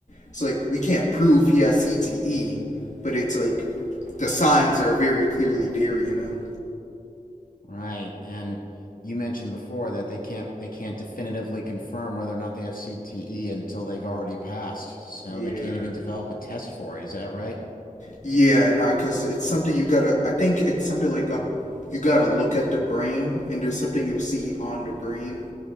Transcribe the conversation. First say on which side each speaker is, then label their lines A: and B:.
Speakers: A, on the left (about 55°); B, on the left (about 75°).
A: it's like we can't prove he has CTE, but it's like the signs are very clearly there, you know.
B: Right. And you mentioned before that they can't they can't definitively confirm whether or not they have CTE until they've already passed. So
A: Yeah.
B: they can't even develop a test for it. Is that right?
A: Yeah, nah, because it's something you gotta. I think it's something like a. You gotta look at the brain, and there's something you'll see on the brain.